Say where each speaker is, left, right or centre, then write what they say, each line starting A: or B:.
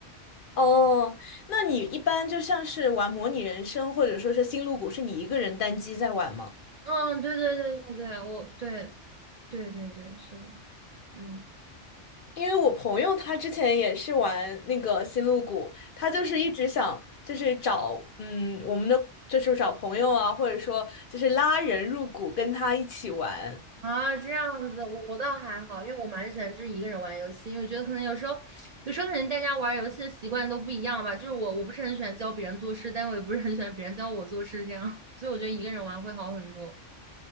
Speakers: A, on the left; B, on the right.
A: 哦，那你一般就像是玩模拟人生或者说是星露谷，是你一个人单机在玩吗？
B: 嗯，对对对对对，我对对对对，是的，嗯
A: 因为我朋友他之前也是玩那个星露谷，他就是一直想就是找嗯我们的就是找朋友啊，或者说就是拉人入谷跟他一起玩。
B: 啊，这样子，我我倒还好，因为我蛮喜欢就是一个人玩游戏，因为我觉得可能有时候，有时候可能大家玩游戏的习惯都不一样吧，就是我我不是很喜欢教别人做事，但我也不是很喜欢别人教我做事这样，<laughs> 所以我觉得一个人玩会好很多。